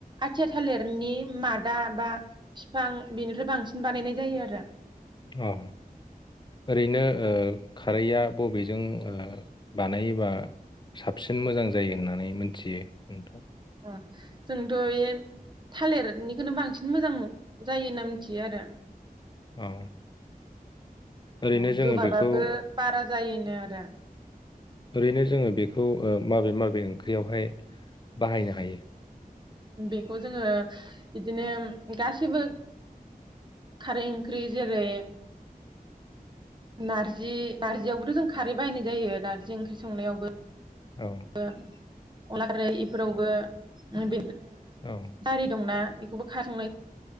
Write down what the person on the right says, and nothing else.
आथिया थालिरनि मादा बा बिफां बिनिखफ्राय बांसिन बानायनाय जायो आरो
अ जोंथ बे थालिरनिखौनो बांसिन मोजां जायो होनना मिथियो आरो
औ
गोबाबाबो
बारा जायोनो आरो
बेखौ जोङो इदिनो गासैबो खारै ओंख्रि जेरै नारजि नारजियावबोथ जों खारै बाहायनाय जायो नारजि ओंख्रि संनायावबो।
<unintelligible> अनला खारै इफोरावबो <unintelligible> <unintelligible>
बेखौबो